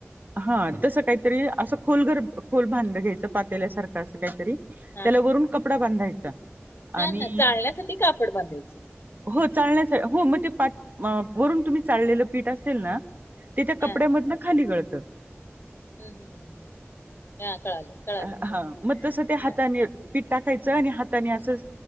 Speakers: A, on the right; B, on the left.
A: हा तसं काहीतरी असं खोल घर खोल भांड घ्यायचं पात्याल्यासारखं असं काहीतरी.
B: हा
A: त्याला
B: हा
A: वरून कपडा बांधायचा
B: हा
A: आणि
B: हा चाळण्यासाठी कापड बांधायचं
A: हो चाळण्यासाठी हो मग ते वरून तुम्ही चाळलेलं पीठ असेल ना. ते त्या कपड्यामधून
B: हा
A: खाली गळतं.
B: हम्म हम् ह ह कळालं. कळालं
A: अ हा म तसं ते हातानी
B: हा
A: य- पीठ टाकायचं आणि हाताने असं